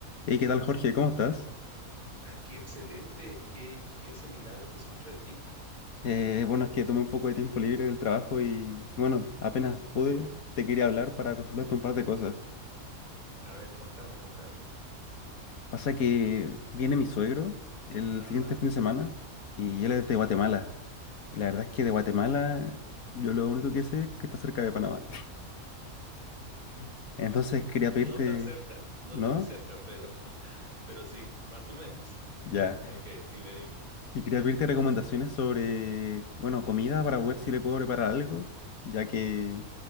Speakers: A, on the left; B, on the right.
A: Hey, ¿qué tal, Jorge? ¿Cómo estás?
B: Ah, qué excelente, qué y ese milagro que escucho de ti.
A: Eh, bueno, es que tomé un poco de tiempo libre del trabajo y, bueno, apenas pude, te quería hablar para consultarte un par de cosas.
B: A ver, contame, contame.
A: Pasa que viene mi suegro el
B: Ajá.
A: siguiente fin de semana y él es de Guatemala. Y la verdad es que de Guatemala yo lo único que sé es que está cerca de Panamá. <laughs> Entonces quería pedirte,
B: No tan cerca, <laughs> no
A: ¿no?
B: tan cerca, pero, <laughs> pero sí, más o menos.
A: Ya.
B: Ok, dime, dime.
A: Y quería pedirte recomendaciones sobre, bueno, comida para ver si le puedo preparar algo, ya que,